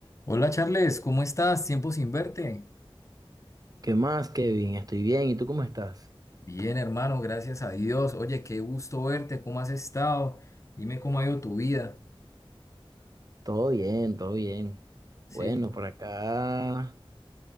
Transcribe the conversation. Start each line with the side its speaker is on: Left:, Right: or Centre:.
Left: Hola Charles, ¿cómo estás? Tiempo sin verte.
Right: ¿Qué más, Kevin? Estoy bien. ¿Y tú cómo estás?
Left: Bien, hermano, gracias a Dios. Oye, qué gusto verte, ¿cómo has estado? Dime cómo ha ido tu vida,
Right: Todo bien, todo bien.
Left: ¿sí?
Right: Bueno, por acá,